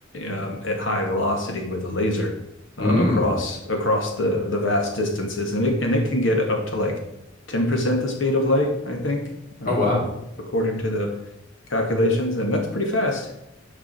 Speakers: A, on the left; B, on the left.
A: um, at high velocity with a laser
B: Hmm.
A: uh, across across the the vast distances, and it and it can get up to like 10% the speed of light, I think, uh,
B: Oh, wow.
A: ac- according to the calculations, and that's pretty fast.